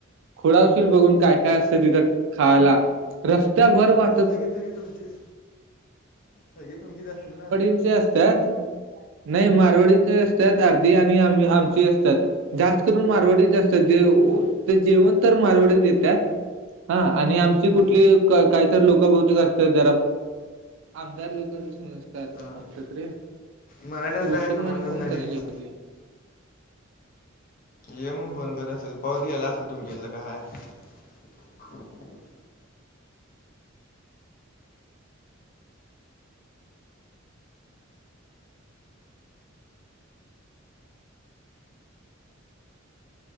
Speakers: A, on the right (about 65°); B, on the left (about 45°).
A: खुऴा होशील बघून काय काय असतं तिथं खायला रस्त्या भर वाट
B: सगतगी तुमचीच, सगळी तुमचीच असतील ना.
A: तुमचे असत्यांत नही मारवडीचे असत्यांत अर्धी आणि आमी-आमची असत्यांत. जास्त करून मारवाडीच असत्यांत देव ते जेवण तर मारवाडी देत्यांत. हा आणि आमची कुठली
B: हं,
A: कं काय आमदार लोक बहुतेक असतात जरा, आमदार लोक नसतात
B: हां
A: असतात रे.
B: मराठ्यांचा
A: कृषी
B: काय संबंधच
A: म्हणे फोन
B: नाही
A: करायला
B: तिथं.
A: की
B: ये मग फोन कर असेल पाऊस गेला असेल तुमच्या इथलं काय हाय? <inaudible>